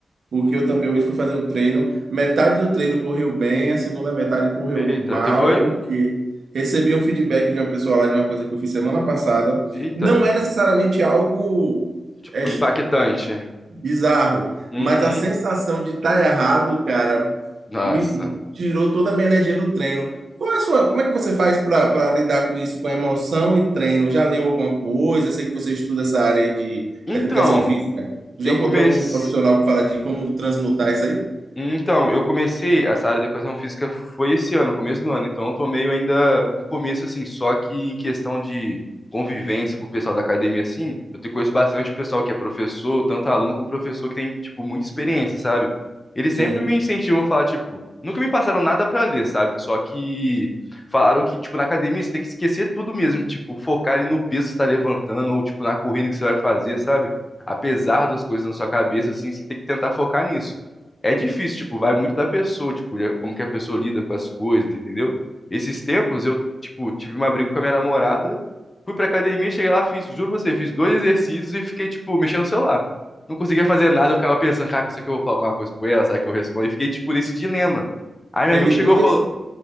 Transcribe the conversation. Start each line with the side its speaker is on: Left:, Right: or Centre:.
Right: Porque eu também hoje fui fazer um treino, metade do treino correu bem, a segunda metade correu
Left: Eita,
Right: mal,
Left: tu foi?
Right: porque recebi um feedback de uma pessoa lá de uma coisa que eu fiz semana passada.
Left: Eita,
Right: Não é necessariamente algo
Left: tipo,
Right: é,
Left: impactante.
Right: Bizarro.
Left: Uhum.
Right: Mas a sensação de estar errado, cara,
Left: Nossa.
Right: me tirou toda a minha energia do treino. Qual é a sua, como é que você faz para lidar com isso, com emoção e treino? Já leu alguma coisa? Eu Sei que você estuda essa área aí de
Left: Então,
Right: educação física. Já
Left: eu
Right: encontrou
Left: comecei.
Right: algum profissional que fala de como transmutar isso aí?
Left: Então, eu comecei essa área da educação física foi esse ano, começo do ano. Então, eu tô meio ainda no começo, assim. Só que em questão de convivência com o pessoal da academia, assim, eu te conheço bastante pessoal que é professor, tanto aluno como professor, que tem, tipo, muita experiência, sabe? Eles
Right: Sim.
Left: sempre me incentivam a falar, tipo, nunca me passaram nada pra ler, sabe? Só que falaram que, tipo, na academia você tem que esquecer tudo mesmo, tipo, focar ali no peso que você tá levantando ou, tipo, na corrida que você vai fazer, sabe? Apesar das coisas na sua cabeça, assim, você tem que tentar focar nisso. É difícil, tipo, vai muito da pessoa, tipo, de- como que a pessoa lida com as coisas, entendeu? Esses tempos eu, tipo, tive uma briga com a minha namorada, fui pra academia, cheguei lá, fiz, juro pra você, fiz dois exercícios e fiquei, tipo, mexendo no celular. Não conseguia fazer nada, eu ficava pensando, cara, será que eu vou falar alguma coisa com ela? Será que eu respondo? E fiquei, tipo, nesse dilema. Aí meu
Right: Teve
Left: amigo chegou
Right: dois,
Left: e falou,